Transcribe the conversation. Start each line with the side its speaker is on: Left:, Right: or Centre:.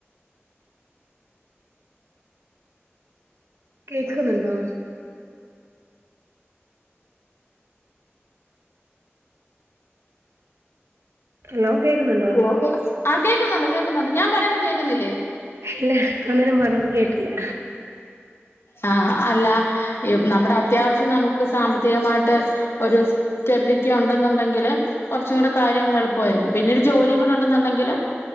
Right: കേക്ക്‌ന്നുണ്ടോ ഹലോ കേക്കുന്നു
Left: ഹലോ ആ കേക്കുന്നുണ്ട് കേക്കുന്നുണ്ട് ഞാൻ പറയുന്ന കേക്കുന്നില്ലേ
Right: ഇല്ല ഇത്രനേരം പറഞ്ഞത് കേട്ടില്ല
Left: ആഹ് അല്ല ഈ നമ്മുടെ അത്യാവശ്യം നമുക്ക് സാമ്പത്തികമായിട്ട് ഒരു സ്റ്റെബിലിറ്റി ഉണ്ടെന്നുണ്ടെങ്കില് കുറച്ചും കൂടി കാര്യങ്ങൾ എളുപ്പമായിരിക്കും പിന്നെരു ജോലിയും കൂടെ ഉണ്ടെന്നുണ്ടെങ്കില്